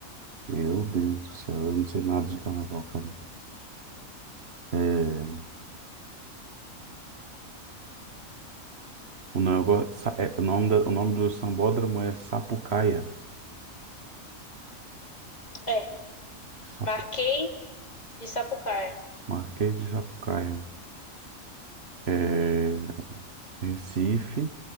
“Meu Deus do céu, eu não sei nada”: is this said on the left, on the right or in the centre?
Right